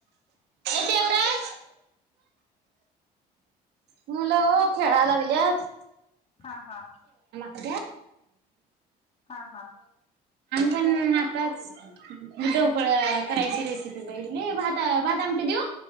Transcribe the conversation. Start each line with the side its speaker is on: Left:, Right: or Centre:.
Right: ए देवराज मुलं, हो खेळायला लागल्यात.
Left: हा हा.
Right: <unintelligible> आमी
Left: हा हा
Right: पण, आताच ढोकळा करायची रेसिपी बघीतली, भात भात आमटी. ते देऊ?